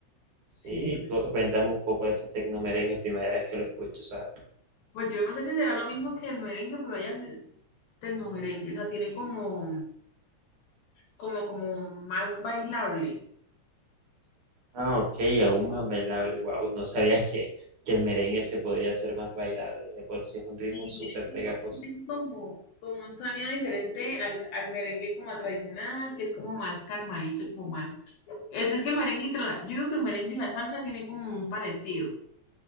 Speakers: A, on the right; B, on the left.
A: Sí,
B: Sí, se escucha.
A: cu- cuéntame un poco de ese tecnomerengue, primera vez que lo escucho, ¿sabes?
B: Pues yo no sé si será lo mismo que el merengue, pero allá es es tecnomerengue, o sea, tiene como, como, como más bailable.
A: Ah, ok, aún más bailable, wow, no sabía que, que el merengue se podría hacer más bailable, de por sí es un ritmo
B: Y
A: súper
B: tiene como,
A: pegajoso.
B: es que tiene como, como un sonido diferente al, al merengue como tradicional, que es como más calmadito, como más... Es, es que el merengue, y tra- yo digo que el merengue y la salsa tienen como un parecido,